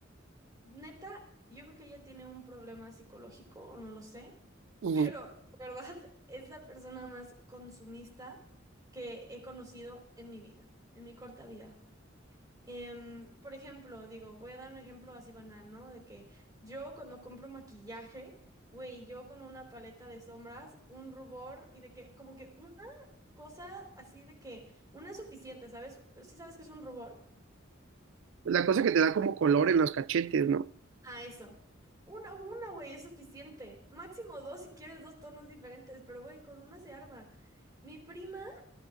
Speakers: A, on the right; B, on the right.
A: neta, yo creo que ella tiene un problema psicológico o no lo sé,
B: Ujú.
A: pero, <laughs> de ¿verdad? Es la persona más consumista que he conocido en mi vida, en mi corta vida. Em, por ejemplo, digo, voy a dar un ejemplo así banal, ¿no? De que yo cuando compro maquillaje, güey, yo con una paleta de sombras, un rubor y de que como que una cosa así de que una es suficiente, ¿sabes? ¿Sí sabes que es un rubor?
B: La cosa que te da como color en los cachetes, ¿no?
A: Ah, eso. Una, una, güey, es suficiente. Máximo dos si quieres dos tonos diferentes, pero güey, con una se arma. Mi prima